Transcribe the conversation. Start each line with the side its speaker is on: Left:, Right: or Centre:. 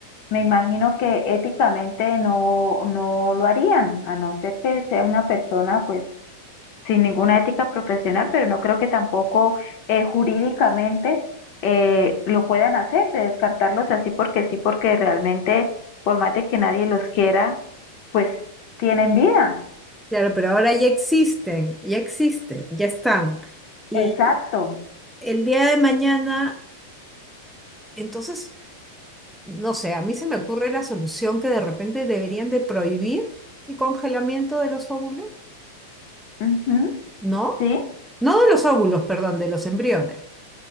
Left: me imagino que éticamente no, no lo harían, a no ser que sea una persona pues sin ninguna ética profesional, pero no creo que tampoco eh, jurídicamente eh, lo puedan hacer, de descartarlos así porque sí, porque realmente, por más de que nadie los quiera, pues tienen vida.
Centre: Claro, pero ahora ya existen, ya existen, ya están. Y
Left: Exacto.
Centre: el día de mañana, entonces no sé, a mí se me ocurre la solución que de repente deberían de prohibir el congelamiento de los óvulos,
Left: Ujú,
Centre: ¿no?
Left: Sí,
Centre: No de los óvulos, perdón, de los embriones,